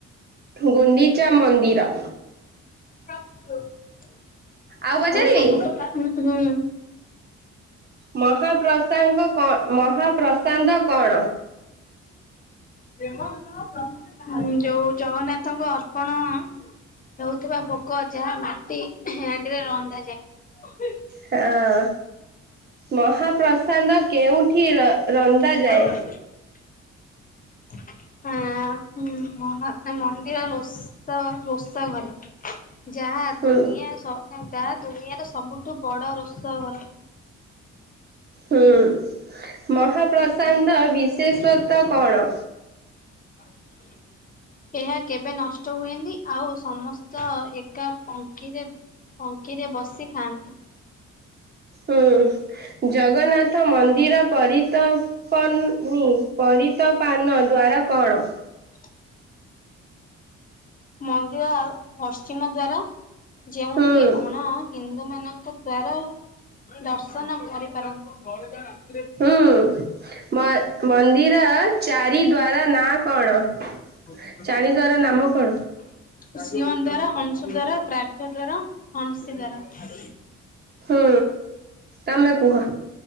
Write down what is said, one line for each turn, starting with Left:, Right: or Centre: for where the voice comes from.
Right: ଗୁନ୍ଡୀଚା ମନ୍ଦିର।
Left: <unintelligible>
Right: ଆଉ ପଚାରିବି? ମହାପ୍ରସାଦ କଣ?
Left: ଯୋଉ ଜଗନ୍ନାଥ ଙ୍କ ଅର୍ପଣ ହଉଥିବା ଭୋଗ ଯାହା ମାଟି ହାଣ୍ଡିରେ ରନ୍ଧା ଯାଏ।
Right: ହଁ ମହାପ୍ରସାଦ କେଉଁଠି? ରନ୍ଧାଯାଏ?
Left: <inaudible> <inaudible> ଆମ ମନ୍ଦିର ରୋଷ ରୋଷ ଘରେ। ଯାହା
Right: ହୁଁ
Left: ଦୁନିଆ ଯାହା ଦୁନିଆର ସବୁଠୁ ବଡ଼ ରୋଷ ଘର।
Right: ହୁଁ ମହାପ୍ରସାନ୍ତ ବିଶେଷତ କଣ?
Left: <inaudible> ଏହା କେବେ ନଷ୍ଟ ହୁଏନି ଆଉ ସମସ୍ତ ଏକା ପକ୍ଷୀରେ ପଙ୍କିରେ ବସି ଖାଆନ୍ତି।
Right: ହୁଁ ଜଗନ୍ନାଥ ମନ୍ଦିର ମନ୍ଦରପ ପରିତପାନ ଦ୍ଵାରା କଣ?
Left: <inaudible> ମନ୍ଦିର ପଶ୍ଚିମ ଦ୍ଵାରା ଯେଉଠି
Right: ହୁଁ
Left: ଅଣା ହିନ୍ଦ ଲୋକ ମାନଙ୍କ ଦ୍ଵାରା ଦର୍ଶନ କରିପାରନ୍ତି।
Right: ହୁଁ ମନ୍ଦିର ଚାରି ଦ୍ଵାର ନାଁ କଣ?
Left: ସିଂହ
Right: ଚାରି ଦ୍ଵାରା ନାମ କଣ?
Left: ଦ୍ୱାର ଅଂଶ ଦ୍ୱାର ବ୍ରାଭ୍ୟ ଦ୍ଵାର ହନସି ଦ୍ୱାର।
Right: ହୁଁ ତମେ କୁହ।